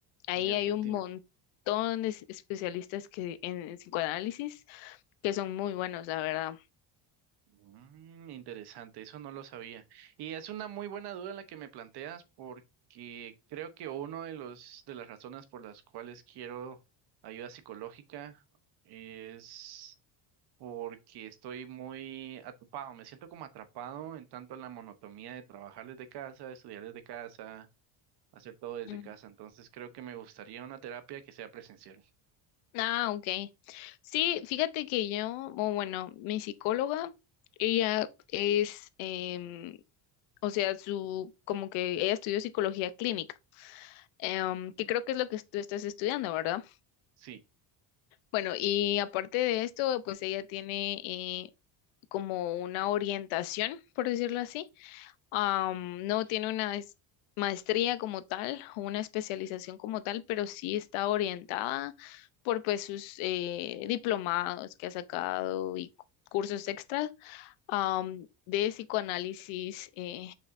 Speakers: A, on the left; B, on the right.
A: Ahí
B: en Argentina.
A: hay un montón de es- especialistas que, en, en psicoanálisis que son muy buenos, la verdad.
B: Mm, interesante, eso no lo sabía. Y es una muy buena duda la que me planteas porque creo que uno de los de las razones por las cuales quiero ayuda psicológica es porque estoy muy atrapado, me siento como atrapado en tanto en la monotonía de trabajar desde casa, estudiar desde casa, hacer todo desde
A: Mm.
B: casa. Entonces creo que me gustaría una terapia que sea presencial.
A: Ah, ok. Sí, fíjate que yo, o bueno, mi psicóloga, ella
B: Ujú,
A: es, em, o sea, su, como que ella estudió psicología clínica. em,
B: ujú.
A: que creo que es lo que tú estás estudiando, ¿verdad?
B: Sí.
A: Bueno, y aparte de esto, pues ella tiene eh, como una orientación, por decirlo así. Am, no tiene una es- maestría como tal o una especialización como tal, pero sí está orientada por pues sus eh, diplomados que ha sacado y cu- cursos extras am, de psicoanálisis eh,